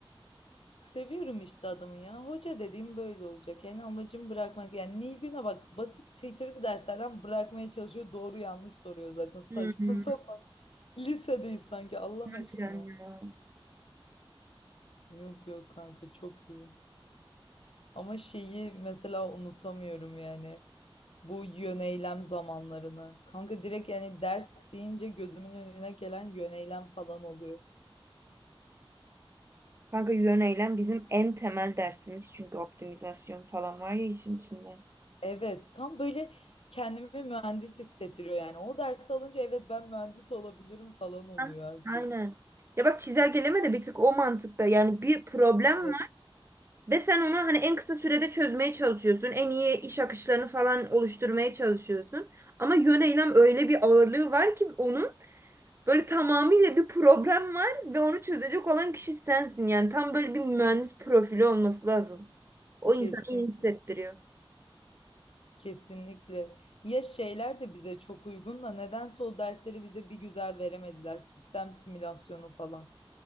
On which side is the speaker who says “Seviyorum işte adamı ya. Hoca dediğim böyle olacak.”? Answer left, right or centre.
Left